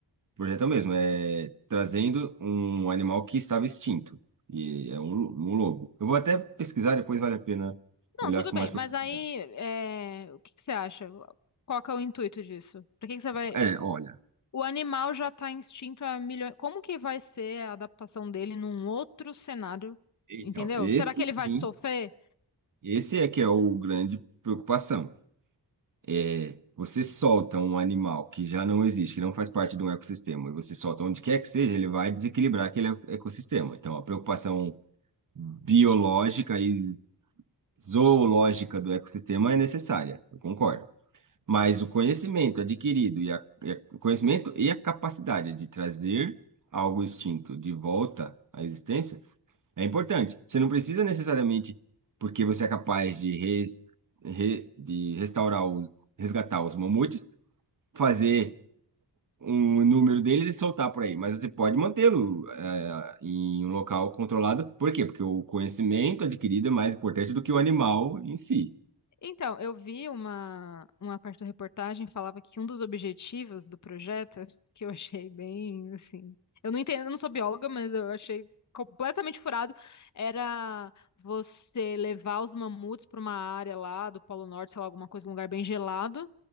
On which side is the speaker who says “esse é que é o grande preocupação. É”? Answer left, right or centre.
Right